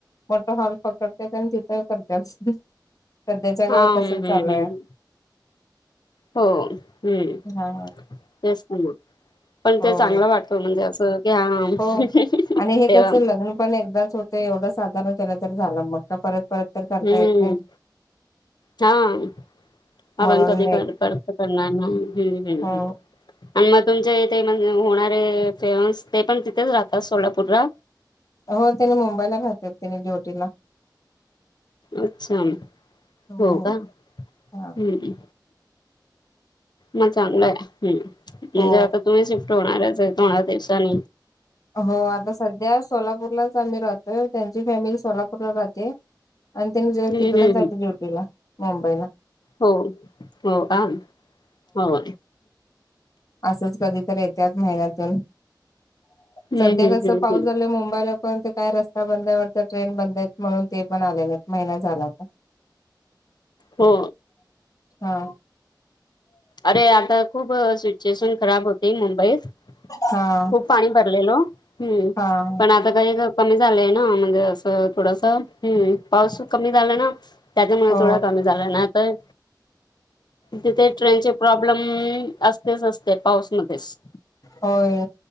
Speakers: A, on the left (about 50°); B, on the left (about 65°).
A: मोठ हॉल पकडत आणि तिथं करत सध्याच्या गावात
B: हा हम्म
A: तस
B: हम्म
A: चालूय
B: हम्म हो हम्
A: हा
B: तेच ना मग पण
A: हो
B: ते चांगलं वाटतो म्हणजे असं की हा
A: हो आणि हे
B: तेव्हा
A: कसं लग्न पण एकदाच होते एवढं साधारण केलं तर झालं मग का परत परत तर करता
B: हम्म
A: येत नाही
B: हा आप आपण
A: म्हणून
B: कधी
A: एक
B: कर कत करणार नाही हम्म हम्मम्
A: हो
B: आणि मग तुमचे इथे म्हण होणारे फेमस ते पण तिथेच राहतात सोलापूरला
A: हो त्यानी मुंबईला राहतेत त्यानी ड्युटीला
B: अच्छा
A: बर
B: हो का हम्
A: हा
B: मग चांगलं आहे हम म्हणजे
A: हो
B: आता तुम्ही शिफ्ट होणारच आहे. ह दिवसाान
A: हो आता सध्या सोलापूरलाच आम्ही राहतोय त्यांची फॅमिली सोलापूरला राहते आणि त्यांने
B: हम्म
A: तिकडच
B: हम्म
A: आहे ड्युटीला मुंबईला
B: हो हो का हो
A: असंच कधी तर येत्यात महिन्यातून
B: हम्म
A: सध्या
B: हम्म
A: कस
B: हम्म
A: पाऊस
B: हम्म
A: झाल मुंबईला पण ते काय रस्ता बंद आहेवत ट्रेन बंद आहेत म्हणून ते पण आलेले आहेत महिना झाला तर
B: हो
A: हा
B: अरे आता खूप सिच्युएशन खराब होती मुंबईत
A: हा
B: खूप पाणी भरलेलो हम्म
A: हा
B: पण आता आता काही कमी झालंय ना म्हणजे असं थोडस हम् पाऊस कमी झाला ना त्याच म्हण
A: हो
B: थोडा कमी झाला ना आ तर तिथे ट्रेनचे प्रॉब्लेम असतेच असते पाऊसमध्येध्येच
A: होय